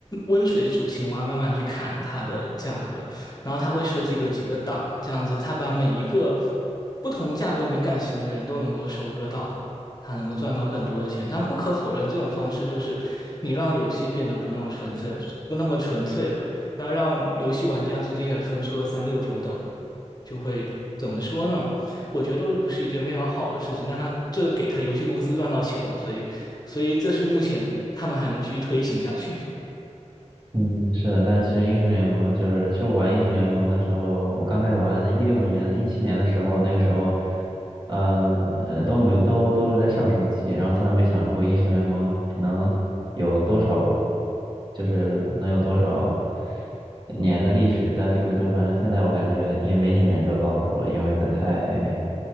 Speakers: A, on the left (about 30°); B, on the right (about 40°).
A: 温水煮青蛙，慢慢去砍它的价格，然后它会设计个几个档，这样子，它把每一个不同价格敏感型的人都能够收割到。他能够赚到更多的钱。但不可否认，这种方式就是你让游戏变得不那么纯粹，不那么纯粹了。那让游戏玩家之间也分出了三六九等，就会怎么说呢？我觉得这不是一件非常好的事情。但他这给他游戏公司赚到钱了，所以所以这是目前他们还能继续推行下去。
B: 嗯，是的，但其实英雄联盟就是，其实我玩英雄联盟的时候，我刚开始玩的，一六年、一七年的时候，那个时候，嗯呃，都没有，都都是在上升期，然后从来没想过英雄联盟能有多少，就是能有多少年的历史，但是就反正现在我感觉也没几年就要到头了，因为它太，